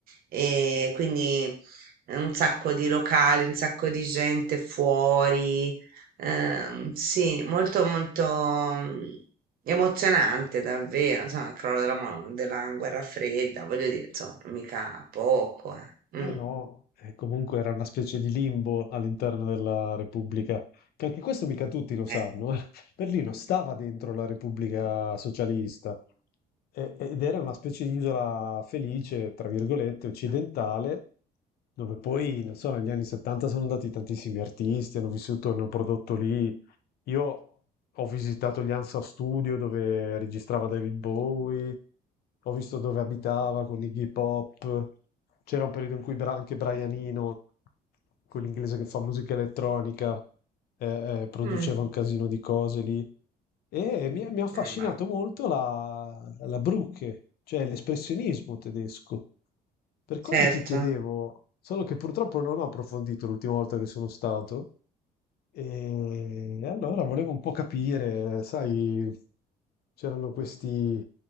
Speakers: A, on the right (about 60°); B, on the left (about 65°).
A: e quindi un sacco di locali, un sacco di gente fuori. ehm, sì, molto molto mm, emozionante davvero, insomma, il crollo della, mon- della guerra fredda, voglio dire, insomma, mica poco, eh.
B: Eh
A: Mm,
B: no, eh, comunque era una specie di limbo all'interno della Repubblica, che anche questo mica tutti lo sanno.
A: eh.
B: eh. Berlino stava dentro la Repubblica Socialista e- ed era una specie di isola felice, tra virgolette, occidentale, dove poi, non so, negli anni 70 sono andati tantissimi artisti, hanno vissuto, hanno prodotto lì, io ho visitato gli Hansa Studio dove registrava David Bowie, ho visto dove abitava con Iggy Pop. C'era un periodo in cui Bra- anche Brian Eno, quell'inglese che fa musica elettronica, eh, eh, produceva
A: Mh,
B: un casino di cose lì. E mi, mi ha affascinato
A: mh, va
B: molto la, la Brücke, cioè l'espressionismo tedesco. Per quello
A: certo,
B: ti chiedevo, solo che purtroppo non ho approfondito l'ultima volta che sono stato, e allora volevo un po' capire, sai, c'erano questi